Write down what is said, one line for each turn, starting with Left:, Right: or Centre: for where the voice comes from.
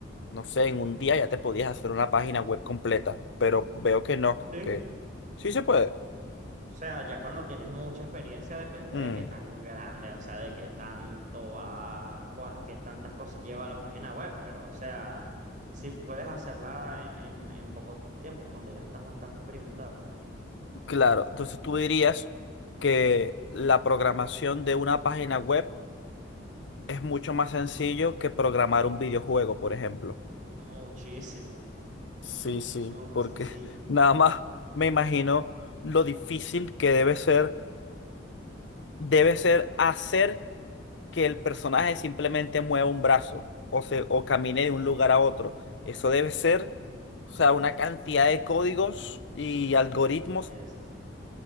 Left: no sé, en un día ya te podías hacer una página web completa, pero veo que no,
Right: Sí.
Left: que sí se puede.
Right: O sea, ya cuando tienes mucha experiencia depende
Left: Mm,
Right: de qué tan grande, o sea, de qué tanto va, cua- qué tantas cosas lleva la página web, pero o sea, si puedes hacerla en, en, en poco tiempo, cuando ya estás bastante experimentado.
Left: claro, entonces tú dirías que la programación de una página web es mucho más sencillo que programar un videojuego, por ejemplo.
Right: Muchísimo,
Left: Sí,
Right: muchísimo
Left: sí, porque
Right: más sencillo.
Left: <laughs> nada más me imagino lo difícil que debe ser debe ser hacer que el personaje simplemente mueva un brazo o se o camine de un lugar a otro. Eso debe ser, o sea, una cantidad de códigos y algoritmos.
Right: Eso.